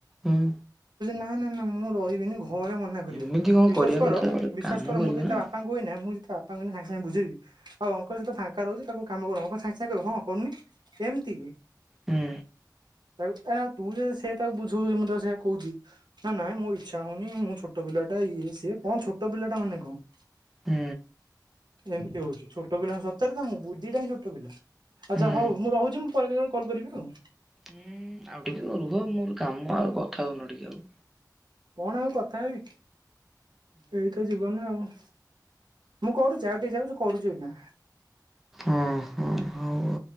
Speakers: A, in the centre; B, on the right (about 80°).
A: ହୁଁ
B: ନା ନା ନା ମୁଁ ରହିବିନି ଘରେ ମନା କରିବେ
A: ଏମିତି କଣ
B: ବିଶଵା
A: କରିବା
B: କର
A: କଥା ଗୋଟେ
B: ବିଶ୍ାସ
A: କାମ
B: କର
A: କରିବୁ
B: ମୁଁ ତ ଯେତେ
A: ନା ହୁଁ
B: ବାପାଙ୍କୁ କୁନା ମୁଁ ଯେ ତା ବାପାଙ୍କୁ ଏଇନେ ସାଙ୍ଗେ ସାଙ୍ଗେ ବୁଝେଇବି ଆଉ ଅଙ୍କଲ ସେତେ ଫାଙ୍କା ରହୁଛି ତାକୁ କାମ କରୁ ଅଙ୍କ ସାଙ୍ଗେ ସାଙ୍ଗେ କହିବେ ହଁ କରୁନି ସେମିତି
A: ହୁଁ
B: ତାକୁ ତା ତୁ ଯଦି ସେ ତାକୁ ବୁଝଉଛି ମୁଁ ତାକୁ ସେ କହୁଛି ନା ନାଇଁ ମୋ ଇଚ୍ଛା ହଉନି ମୁଁ ଛୋଟ ପିଲା ଟା ଇଏ ସିଏ କଣ ଛୋଟ ପିଲା ଟା ମାନେ କଣ
A: ହୁଁ
B: ଏମିତି ହଉଛି ଛୋଟ ପିଲା ସତରେ ତା ବୁଦ୍ଧି ଟା ହଉଚି ଛୋଟ ପିଲା ଆଚ୍ଛା
A: ହୁଁ
B: ହଉ ମୁଁ ରହୁଛିି ପରେ କେବେ କଲ୍ କରିବି ଆଉ
A: ହୁଁ ଆଉ ଟିକେ ରୁହ ମୋର କାମ ଆଉ କଥା ହଉନ ଟିକେ ଆଉ
B: କଣ ଆଉ କଥା ହେବି ଏଇ ତ ଯିବନ ଆଉ ମୁଁ କରୁଛି ଆଉ ଟିକେ ଯାଉ କରୁଛୁ ଏଇନା
A: ଆଉ ହଁ ହଁ ହଉ